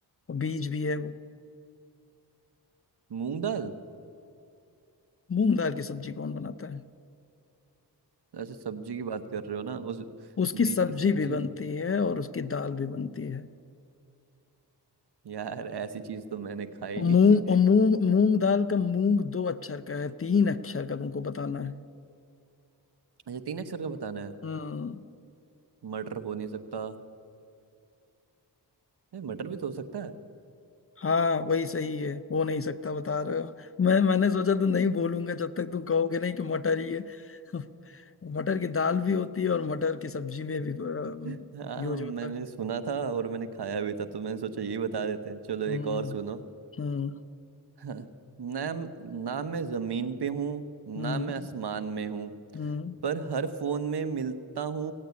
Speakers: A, on the left; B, on the right.
A: और बीज भी है वो
B: मूंग दाल
A: मूंग दाल की सब्जी कौन बनाता है
B: ऐसे सब्जी की बात कर रहे हो ना उस
A: उसकी सब्जी
B: बीज की सब्जी
A: भी बनती
B: बन-
A: है और उसकी दाल भी बनती है
B: यार ऐसी चीज तो मैंने खाई
A: और
B: नहीं
A: मूंग और मूंग मूंग दाल का मूंग दो अक्षर का है तीन अक्षर का तुमको बताना है
B: अच्छा तीन अक्षर का बताना है
A: हम्म
B: मटर हो नहीं सकता है मटर भी तो हो सकता है
A: हाँ वही सही है हो नहीं सकता बता रहे हो मैं मैंने सोचा तो नहीं बोलूंगा जब तक तुम कहोगे नहीं कि मटर ही है <laughs> मटर की दाल भी होती है और मटर की सब्जी में भी
B: हाँ
A: यूज
B: मैंने
A: होता है
B: सुना था और मैंने खाया भी था तो मैंने सोचा यही बता देते हैं चलो एक
A: हम्म
B: और सुनो
A: हम्म
B: हाँ, ना ना मैं जमीन पे हूँ
A: हम्म
B: ना मैं आसमान में हूँ
A: हम्म
B: पर हर फोन में मिलता हूँ